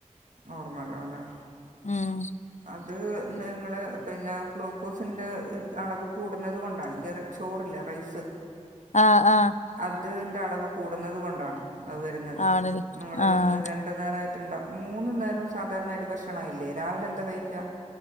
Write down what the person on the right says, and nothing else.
നോർമലാവുംല്ലേ.
അത് നിങ്ങൾ പിന്നെ ഗ്ലൂക്കോസി്ന്റെ അളവ് കൂടുന്നത് കൊണ്ടാണ് ഇ ചോറില്ലേ റൈസ്.
അത് ന്റെ അളവ് കൂടുന്നത് കൊണ്ടാണ് അത് വരുന്നത്
നിങ്ങൾ
ര രണ്ട് നേര ആയിട്ടുണ്ട മൂന്നു നേരവും സാധാരണ അരി ഭക്ഷണായില്ലേ രാവിലെ എന്താ കഴിക്കാ?